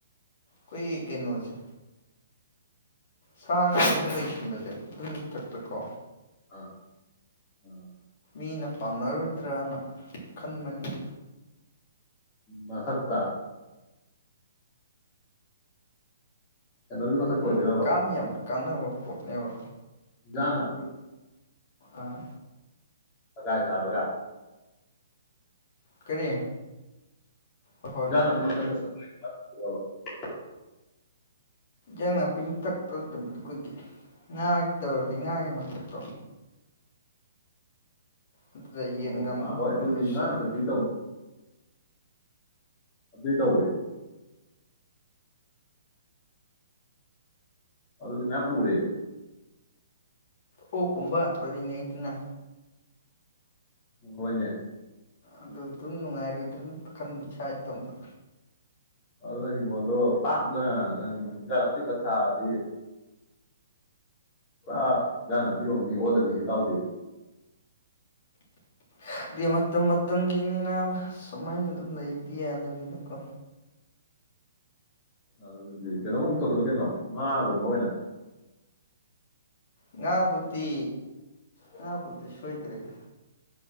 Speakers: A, on the left; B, on the left.
A: ꯀꯣꯏ ꯀꯩꯅꯣꯁ ꯁꯥ ꯉꯥꯒꯨꯝꯕ
B: ꯑꯥ
A: ꯂꯩꯣꯏꯁꯤꯟꯕꯁꯦ ꯑꯗꯨꯏꯊꯛꯇꯀꯣ
B: ꯑꯥ ꯎ
A: ꯃꯤꯅ ꯄꯥꯝꯅꯔꯣꯏꯗ꯭ꯔꯅ ꯈꯟꯕꯅꯤ
B: ꯃꯊꯛꯇ ꯑꯦꯩꯅꯒꯤ ꯃꯊꯛ
A: ꯎꯝ
B: ꯀ ꯑꯣꯏꯗꯣꯏꯔꯕ
A: ꯀꯥꯟꯗꯤ ꯌꯥꯝ ꯀꯥꯟꯅꯕ ꯄꯣꯠꯅꯦꯕ
B: ꯂꯉ
A: ꯑꯥ
B: ꯄꯗꯥꯥꯏ ꯊꯥꯂꯒ
A: ꯀꯔꯤ
B: ꯌꯥꯅꯥ
A: ꯍꯣꯏ ꯍꯣꯏ ꯍꯣꯏ
B: ꯊ ꯑ
A: ꯏꯟ ꯅꯥꯄꯤ ꯃꯊꯛꯇꯧꯗꯕꯗꯨ ꯀꯒꯤ ꯉꯥꯒꯤ ꯇꯧꯔꯗꯤ ꯉꯥꯒꯤ ꯃꯊꯛꯇꯣ ꯑꯗꯨ ꯇ ꯌꯦꯅꯤ
B: ꯑꯣ
A: ꯉꯟꯅ
B: ꯉꯥ ꯍꯣꯏ ꯑꯗꯨꯗꯤ
A: ꯕꯜꯂ ꯏꯁꯤꯅꯤ
B: ꯉꯥ ꯃꯊꯛꯇꯗꯤ ꯕꯤ ꯇꯎꯦ ꯑꯗꯨꯗꯤ ꯃꯌꯥꯝ ꯄꯔꯦ
A: ꯑꯣ ꯀꯨꯝꯕ ꯂꯔꯤꯉꯩꯗꯨꯅ
B: ꯍꯣꯏꯅꯦ
A: ꯑꯗꯨ ꯑꯗꯨꯝ ꯅꯨꯡꯉꯥꯏꯔꯣꯏꯗ꯭ꯔꯅ ꯈꯟꯕꯨꯁꯨ ꯏꯇꯣꯝꯇ
B: ꯑꯗꯨꯅ ꯍꯤꯡꯒꯣꯜꯗꯣ ꯄꯥꯛꯅ ꯅꯪ ꯏꯟꯖ ꯇꯤ ꯈꯛ ꯊꯥꯔꯗꯤ ꯑ ꯌꯥꯅ ꯄꯤꯌꯣ ꯃꯤ ꯑꯣꯜꯂꯅꯤ ꯇꯥꯎꯗꯦ
A: ꯈꯛꯇꯤ ꯃꯇꯝ ꯃꯇꯝꯒꯤꯅꯤꯅ ꯁꯨꯃꯥꯏꯅ ꯑꯗꯨꯝ ꯂꯩꯗꯤ ꯌꯥꯗꯕꯤꯅꯤꯀꯣ
B: ꯑꯗꯨꯗꯤ ꯀꯩꯅꯣꯒꯨꯝꯕ ꯇꯧꯁꯤꯗ ꯀꯩꯅꯣ ꯉꯥꯒꯨꯝꯕ ꯑꯣꯏꯅ
A: ꯉ ꯄꯨꯠꯇꯤ ꯉ ꯄꯨꯇꯤ ꯁꯣꯏꯇꯔꯤꯦꯗ